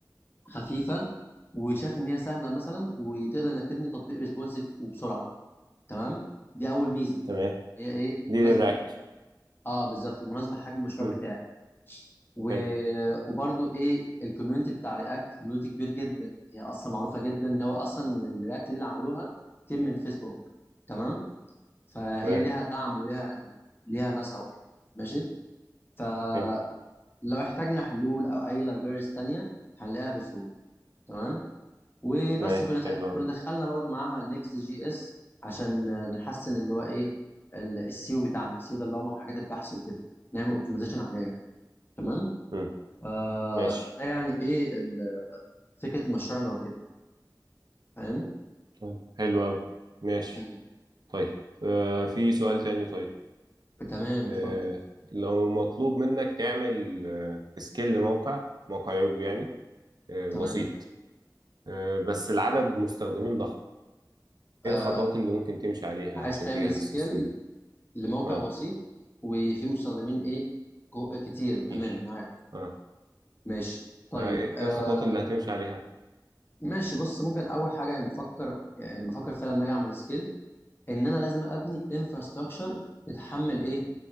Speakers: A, on the left (about 30°); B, on the right (about 65°).
A: خفيفه وشاف ان هي سهله مثلا وتقدر انك تبني تطبيق ريسبونسيف وبسرعه تمام دي اول ميزه
B: تمام
A: هي ايه
B: دي
A: مناسبه
B: للرياكت
A: لحجم اه بالظبط مناسبه لحجم المشروع
B: امم
A: بتاعي و...
B: حلو
A: وبرضو ايه الكوميونتي بتاع رياكت كوميونتي كبير جدا هي اصلا معروفه جدا ان هو اصلا الرياكت دي اللي عملوها تيم من فيسبوك تمام فهي
B: تمام
A: ليها دعم وليها يعني ليها ناسها وكده ماشي فلو
B: حلو
A: احتاجنا حلول او اي لايبريز تانية هنلاقيها بسهوله تمام وبس
B: تمام
A: كنا تع-
B: حلو قوي
A: كنا دخلنا برضو معاها نيكست جي اس عشان نحسن اللي هو ايه السيو بتاعنا السيو ده اللي هو محركات البحث وكده نعمل اوبتمايزيشن عليها يعني. تمام
B: امم
A: فده
B: ماشي
A: يعني ايه ال- فكرة مشروعنا وكده فاهم؟
B: طيب حلو قوي ماشي
A: مم.
B: طيب آه في سؤال تاني طيب
A: تمام اتفضل
B: آه لو مطلوب منك تعمل آه سكيل لموقع موقع ويب يعني آه،
A: تمام
B: بسيط آه، بس العدد مستخدمين ضخم
A: آه
B: ايه الخطوات اللي ممكن تمشي عليها
A: عايز
B: عشان
A: تعمل
B: تجهز
A: سكيل
B: السيستم ده
A: لموقع
B: اه
A: بسيط وفيه مستخدمين ايه كو- كتير
B: كتير
A: تمام معاك
B: اه
A: ماشي طيب
B: آه، ايه
A: آه
B: إيه الخطوات اللي هتمشي عليها
A: ماشي بص ممكن اول حاجة يعني بفكر يعني بفكر فعلا لما اجي اعمل سكيل ان انا لازم ابني انفراستراكشر يتحمل ايه